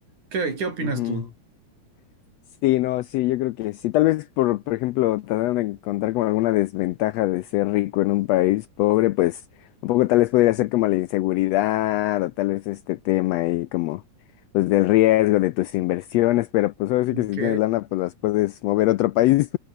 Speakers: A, on the right; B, on the left.
A: ¿Qué, qué opinas
B: Ujú.
A: tú?
B: Sí, no, sí, yo creo que sí. Tal vez por, por ejemplo, tratar de encontrar como alguna desventaja de ser rico en un país pobre, pues un poco tal vez podría ser como la inseguridad o tal vez este tema ahí como pues del riesgo de tus inversiones, pero pues ahora sí
A: Ok,
B: que si tienes lana pues las puedes mover a otro país.